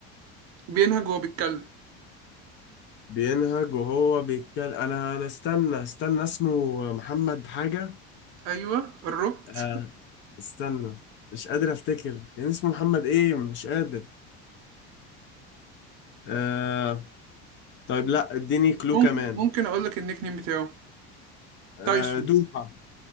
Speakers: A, on the right; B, on the left.
A: بينهج وهو بيتكلم
B: <laughs> بينهج وهو بيتكلم انا انا استنى استنى اسمه محمد حاجة
A: ايوه قربت
B: آه
A: <laughs>
B: استنى مش قادر افتكر يعني اسمه محمد ايه مش قادر آه طيب لا اديني كلو
A: ممكن
B: كمان
A: ممكن اقول لك النيك نيم بتاعه
B: آه
A: تايسون
B: دوحة